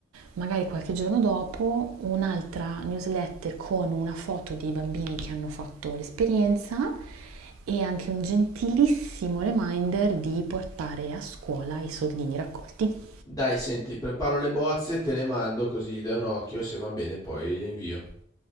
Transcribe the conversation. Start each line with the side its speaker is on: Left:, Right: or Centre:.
Right: magari qualche giorno dopo, un'altra newsletter con una foto dei bambini che hanno fatto l'esperienza e anche un gentilissimo reminder di portare a scuola i soldini raccolti.
Left: Dai, senti, preparo le bozze, te le mando così gli dai un occhio e se van bene poi le invio.